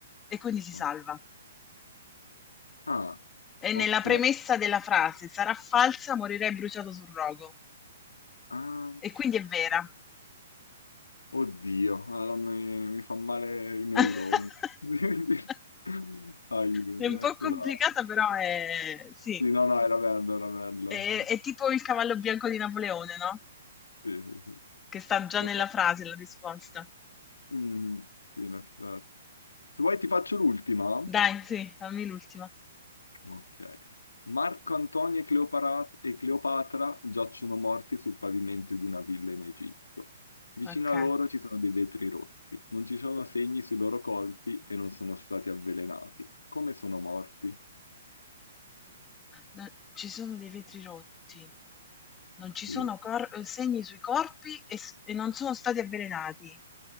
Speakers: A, on the left; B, on the left.
A: e quindi si
B: ok.
A: salva.
B: Ah,
A: E
B: ok.
A: nella premessa della frase sarà falsa, morirei bruciato sul rogo
B: Ah,
A: e quindi è vera.
B: oddio, Madonna, mi, mi fa male i neuroni.
A: <laughs>
B: <laughs> Aiuto,
A: È un po'
B: questa
A: complicata,
B: era...
A: però è sì,
B: Sì, no, no, era bella, era bella.
A: è, è tipo il cavallo bianco di Napoleone, no?
B: Sì, sì, sì.
A: Che sta già
B: Vabbè.
A: nella frase la risposta.
B: Mm, sì, in effetti. Se vuoi ti faccio l'ultima.
A: Dai, sì, fammi l'ultima.
B: Ok. Marco Antonio e Cleopatra, e Cleopatra giacciono morti sul pavimento di una villa in Egitto. Vicino
A: Ok.
B: a loro ci sono dei vetri rotti. Non ci sono segni sui loro colpi e non sono stati avvelenati. Come sono morti?
A: No ci sono dei vetri rotti, non ci sono
B: Sì.
A: cor uhm, segni sui corpi e s e non sono stati avvelenati,